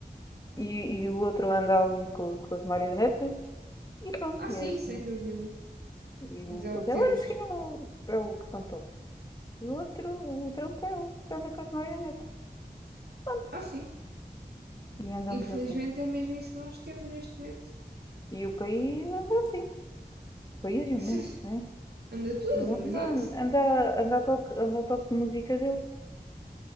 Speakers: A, on the left; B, on the right.
A: e, e o outro anda ali com, com as marionetas e pronto,
B: Ah,
A: e
B: sim,
A: é assim.
B: sem dúvida.
A: E
B: Mas
A: o,
B: é o
A: o
B: que
A: Zelensky
B: temos.
A: é assim, o, é o que cantou. E o outro, o Trump é o que anda com as marionetas. Pronto.
B: Ah, sim.
A: E andamos
B: Infelizmente
A: assim.
B: é mesmo isso que nós temos neste momento.
A: E o país anda assim. O país e
B: <laughs>
A: o mundo, né?
B: Anda tudo,
A: O mundo
B: exato.
A: anda, anda, a toque, anda ao toque de música dele.